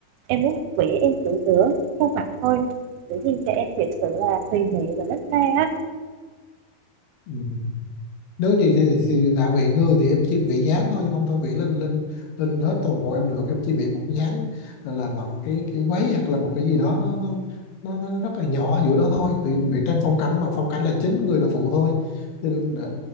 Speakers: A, on the right (about 80°); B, on the left (about 85°).
A: Em muốn vẽ em tự rửa khuôn mặt thôi. Dĩ nhiên cho em thiệt sự là tùy mị và nết na á.
B: ừ. nếu gì thì, thì đạo vị người thì em chỉ vị dáng thôi chứ không thôi vị lên lên lên hết toàn bộ em được em chỉ vị một dáng là, là bằng cái cái váy hoặc là một cái gì đó nó nó nó, nó rất là nhỏ giữa đó thôi tại vì mình vị tranh phong cảnh mà phong cảnh là chính người là phụ thôi cho nên là,